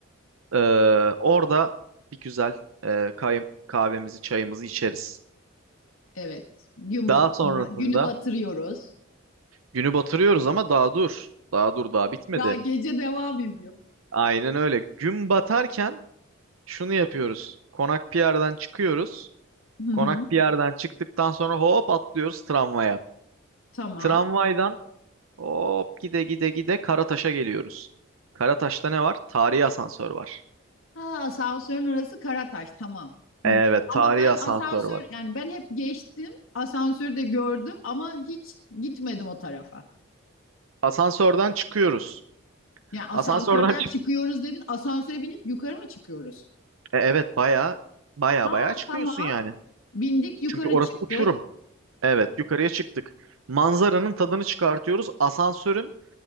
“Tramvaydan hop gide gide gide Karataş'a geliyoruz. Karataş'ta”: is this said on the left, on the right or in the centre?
Right